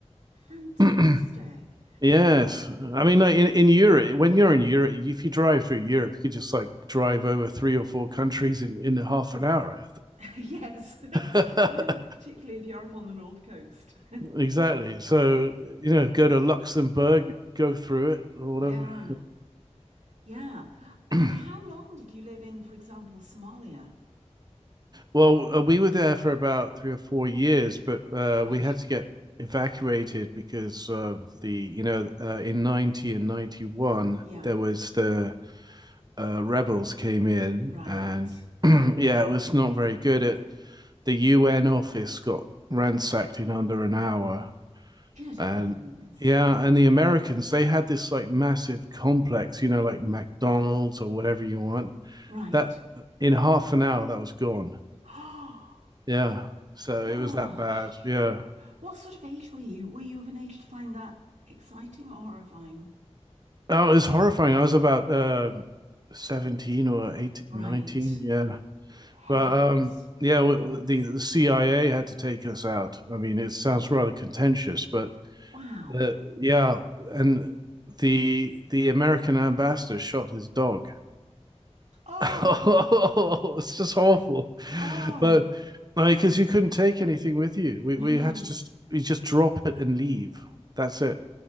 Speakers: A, on the right; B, on the right.
A: Fantastic.
B: <clears throat> yes, I mean, like in in Europe, when you're in Europe, if you drive through Europe, you could just like drive over three or four countries in in half an hour.
A: <laughs> Yes, <laughs>
B: <laughs>
A: particularly if you're up on the North Coast. <laughs>
B: exactly. So you know, go to Luxembourg, go through it or whatever.
A: Yeah, yeah.
B: <clears throat>
A: And how long did you live in, for example, Somalia?
B: Well, uh, we were there for about three or four years, but uh,
A: Gosh,
B: we had to get evacuated because of the, you know, uh, in 90 and 91,
A: yeah,
B: there was the uh, rebels came in,
A: right.
B: and <clears throat> yeah, it was not very good. It, the UN office got ransacked in under an hour,
A: Good heavens.
B: and yeah, and the Americans, they had this like massive complex, you know, like McDonald's or whatever you want.
A: Right.
B: That in half an hour, that was gone.
A: <gasps> Oh,
B: Yeah. So
A: gosh.
B: it was that bad. Yeah.
A: What sort of age were you? Were you of an age to find that exciting or horrifying?
B: Oh, it was horrifying. I was about uh 17 or 18,
A: Right.
B: nineteen. Yeah.
A: Heavens.
B: But um yeah, w- w- the, the CIA had to take us out. I mean, it sounds rather contentious, but
A: Wow.
B: uh, yeah, and the the American ambassador shot his dog. <laughs>
A: Oh,
B: Oh, it's just awful.
A: oh.
B: But like, because you couldn't take anything with you, we
A: No.
B: we had to just we just drop it and leave. That's it,